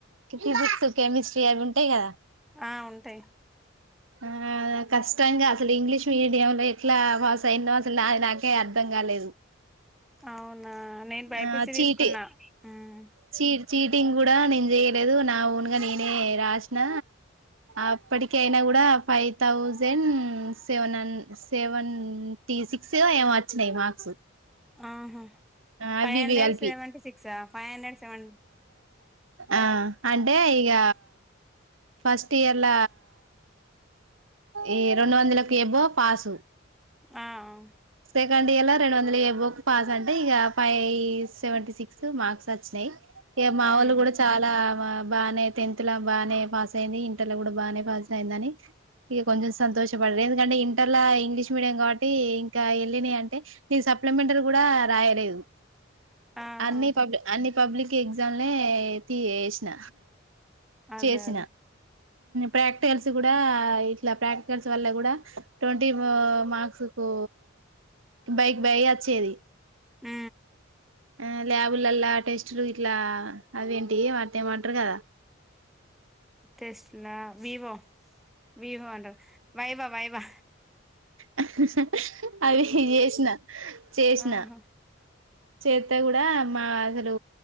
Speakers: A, on the right; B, in the centre.
A: ఫిజిక్స్, కెమిస్ట్రీ అవి ఉంటాయి కదా.
B: ఆహ్ ఉంటాయి.
A: ఆహ్ కష్టంగా అసలు ఇంగ్లీష్ మీడియం లో ఎట్లా పాస్ అయ్యిన్నో. అసలు నాది నాకే అర్థం కాలేదు.
B: అవునా నేను బై.
A: ఆ
B: పీ. సి.
A: చీటి
B: తీసుకున్నా. ఆహ్
A: చీ చీటింగ్ కూడా నేను చేయలేదు. నా ఓన్గా నేనే రాసిన అప్పటి కయినా కూడా. ఫైవ్ థౌజండ్ సెవెన్ హ సెవెన్ టి సిక్స్ ఏమో వచ్చినాయి. మార్క్స్
B: ఆహ్ హా
A: అవి
B: ఫై హండ్రెడ్
A: ఇవి కలిపి
B: సెవెంటీ సిక్సా, ఫై హండ్రెడ్ సెవెన్
A: ఆహ్ అంటే ఇగ ఫస్ట్ ఇయర్ల ఈ రెండు వందలకు ఎబో పాసు
B: ఆ ఆ
A: సెకండ్ ఇయర్ లో రెండు వందల ఏబో పాస్ అంటే. ఇగ ఫైవ్ సెవెంటీ సిక్స్ మార్క్స్ వచ్చినాయి. ఇగ మావోలు
B: ఉమ్
A: కూడా చాలా బాగానే టెన్త్ లో బాగానే పాస్ అయింది. ఇంటర్ లో కూడా బాగానే పాస్ అయిందని ఇగ కొంచెం సంతోషపడారు. ఎందుకంటే ఇంటర్ల ఇంగ్లీష్ మీడియం కాబట్టి. ఇంకా ఎళ్ళినై అంటే నేన్ సప్లమెంటరీ కూడా రాయలేదు.
B: ఆహా
A: అన్ని పబ్ అన్ని పబ్లిక్ ఎగ్స్ జాలే తీ వేసిన
B: అదే
A: చేసిన
B: అదే
A: ప్రాక్టికల్స్ కూడా ఇలా ప్రాక్టికల్స్ వల్ల కూడా ట్వంటీ మార్క్స్ కు బైక్ బయ అచ్చేది
B: ఆ
A: ఆ ల్యాబ్లల్లా టెస్టులు ఇట్లా అవేంటియ్ అటిని ఏమో అంటర్ గదా
B: తెస్ట్ల వివో వివో అంటవ్ వైబా వైబా
A: హ్... అ అహ్ అవి చేసిన చేసిన
B: ఆహా
A: చేస్త కూడా మా అసలు